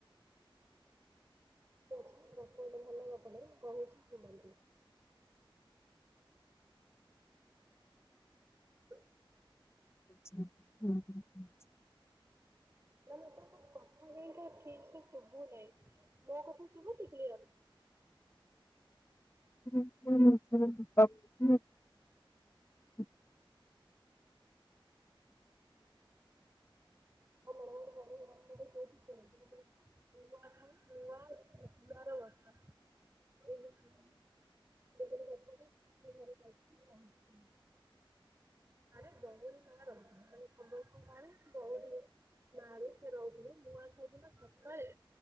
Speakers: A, on the right; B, on the left.
A: ଠିକ ଅଛି, ଗପ ଗଟେ ଭଲ ଗପ କର କହୁଛି- ତୁମେ ହ <unintelligible>
B: ହ ହୁଁ ହୁଁ ହୁଁ <unintelligible>
A: ନା ନାଇଁ ତାଙ୍କ କଥା କାଇକି ଠିକ ସେ ଶୁଭୁ ନାହିଁ, ମୋ କଥା ଶୁଭୁଛି କ୍ଲିଅର <inaudible>
B: ହଁ ହଁ ହଁ ହ
A: ଆମ ମ ମଣ୍ଡଚ ମୂ ମୂ <unintelligible> ବ ବର ଅଛ ଏବେ <unintelligible> ରଞ୍ଚ <unintelligible> ଆରେ ବହୁତ ଗ ରହୁଥା ମାନେ ସମ୍ବଲପ ମାଁ ବହୁତ <unintelligible> ନାରେ ସେ ରହୁନି ନୂଆଖାଇ ଦିନ ସକାଳେ